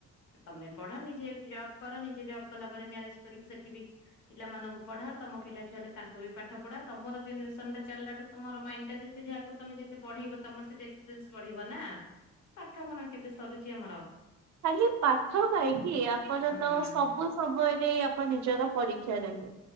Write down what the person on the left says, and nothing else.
ତମେ ପଢ ନିଜେ ଜବ୍ କର ନିଜେ ଜବ୍ କଲା ପରେ ମ୍ୟାରେଜ କରିକି ସେଠି ବି ପିଲାମାନଙ୍କୁ ପଢା ତମ ପିଲା ଛୁଆଲେ ତାଙ୍କୁ ବି ପାଠ ପଢା ତମର ଜେନେରେସନ ଟା ଚାଲା ଠୁ ତମର ମାଇଣ୍ଡ ଯେତେ ଯାହାକୁ ତମେ ଯେତେ ପଢେଇବ ତମର ସେ ଏକ୍ସପିରିଏନ୍ସ ବଢିବ ନା? ପାଠ କଣ କେବେ ସରୁଛି ଆମର?
ହୁଁ।